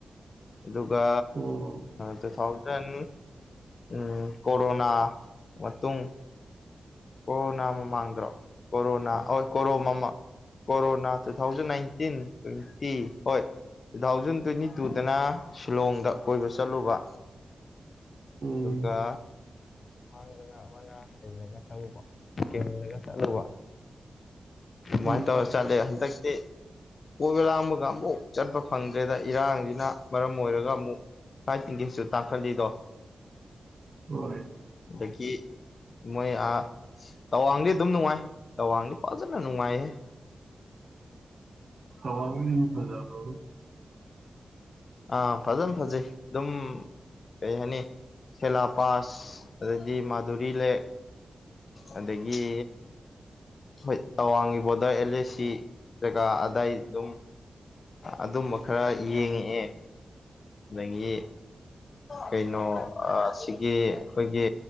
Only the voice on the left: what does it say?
ꯑꯗꯨꯒ
ꯇꯨ ꯊꯥꯎꯖꯟ ꯎꯝ ꯀꯣꯔꯣꯅꯥ ꯃꯇꯨꯡ ꯀꯣꯔꯣꯅꯥ ꯃ ꯃꯥꯥꯡꯗꯔꯣ ꯀꯣꯔꯣꯅꯥ ꯍ ꯀꯣꯔꯣꯃ corona two thousand nineteen twenty ꯍꯣꯏ ꯇꯨ ꯊꯥꯎꯖꯟ ꯇ꯭ꯋꯦꯟꯇꯤ ꯇꯨꯗꯅ ꯁꯤꯂꯣꯡꯗ ꯀꯣꯏꯕ ꯆꯠꯂꯨꯕ
ꯑꯗꯨꯒ ꯃꯥꯡꯗꯅ ꯑꯃꯅ ꯂꯩꯒ ꯁꯤꯀꯤꯝ ꯆꯠꯂꯨꯕ ꯑꯗꯨꯃꯥꯏꯅ
ꯇꯧꯔ ꯆꯠꯂꯦ ꯍꯟꯗꯛ ꯇ ꯀꯣꯏꯕ ꯂꯥꯡꯕꯒ ꯑꯃꯨꯛ ꯆꯠꯄ ꯐꯪꯗ꯭ꯔꯦꯗ ꯏꯔꯥꯡꯁꯤꯅ ꯃꯔꯝ ꯑꯣꯏꯔꯒ ꯑꯃꯨꯛ ꯐꯥꯔꯇꯠ ꯇꯤꯀꯦꯠꯁꯨ ꯇꯥꯡꯈꯠꯂꯤꯗꯣ
ꯑꯗꯒꯤ ꯃꯣꯏ ꯇꯋꯥꯡꯗꯤ ꯑꯗꯨꯝ ꯅꯨꯡꯉꯥꯏ ꯇꯋꯥꯡꯗꯤ ꯐꯥꯖꯅ ꯅꯨꯡꯉꯥꯏ
ꯑꯥ ꯐꯖꯅ ꯐꯖꯩ ꯑꯗꯨꯝ ꯀꯩ ꯍꯥꯏꯅꯤ ꯁꯦꯂꯥ ꯄꯥꯁ ꯑꯗꯩꯗꯤ ꯃꯥꯗꯨꯔꯤ ꯂꯦꯛ ꯑꯗꯒꯤ ꯍꯣꯏ ꯇꯋꯥꯡꯒꯤ ꯕꯣꯔꯗꯔ ꯑꯦꯜ ꯑꯦ ꯁꯤ ꯖꯒꯥ ꯑꯗꯥꯏ ꯑꯗꯨꯝ ꯑꯗꯨꯝꯕ ꯈꯔ ꯌꯦꯡꯉꯛꯑꯦ ꯑꯗꯒꯤ ꯀꯩꯅꯣ ꯁꯤꯒꯤ ꯑꯩꯈꯣꯏꯒꯤ